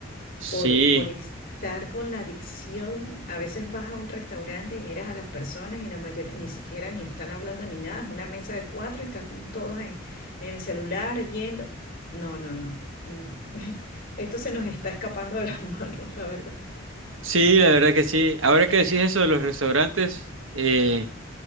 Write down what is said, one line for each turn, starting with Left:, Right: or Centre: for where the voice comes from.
Right: Sí,
Left: por, por estar con la adicción. A veces vas a un restaurante y miras a las personas y la mayoría ni siquiera ni están hablando ni nada, es una mesa de cuatro y están todos en, en el celular viendo. No, no, no. Mm. <laughs> Esto se nos está escapando de las <laughs> manos, la verdad.
Right: sí, la verdad que sí. Ahora que decís eso de los restaurantes, eh,